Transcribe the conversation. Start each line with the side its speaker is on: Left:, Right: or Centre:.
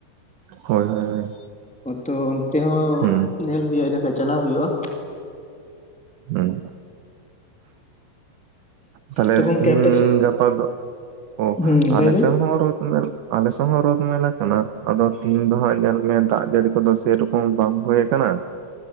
Right: ᱦᱳᱭ ᱦᱳᱭ
Centre: <inaudible> ᱛᱚ ᱚᱱᱛᱮ ᱦᱚᱸ
Right: ᱦᱩᱸ
Centre: ᱧᱮᱞ ᱦᱩᱭᱩᱼᱟ ᱤᱱᱟᱠᱷᱟᱱ ᱪᱟᱞᱟᱣ ᱦᱩᱭᱩᱜᱼᱟ,
Right: ᱦᱮᱸ ᱛᱟᱦᱞᱮ
Centre: ᱛᱚ ᱜᱚᱝᱠᱮ
Right: ᱛᱤᱦᱤᱱ
Centre: ᱟᱯᱮ ᱥᱮᱫ
Right: ᱜᱟᱯᱟ ᱫᱚ ᱚ
Centre: ᱦᱩᱸ ᱞᱟᱹᱭ
Right: ᱟᱞᱮᱥᱟᱣ
Centre: ᱵᱮᱱ
Right: ᱦᱚᱸ ᱨᱚᱛ ᱧᱮ ᱟᱞᱮ ᱥᱟᱣ ᱦᱚᱸ ᱨᱳᱫ ᱢᱮᱞᱟ ᱠᱟᱱᱟ, ᱟᱫᱚ ᱛᱮᱦᱧ ᱫᱚ ᱦᱟᱸᱜ ᱧᱮᱞ ᱢᱮ ᱫᱟᱜ ᱡᱟᱹᱲᱤ ᱠᱚᱫᱚ ᱥᱮᱨᱚᱠᱚᱢ ᱵᱟᱝ ᱦᱳᱭ ᱠᱟᱱᱟ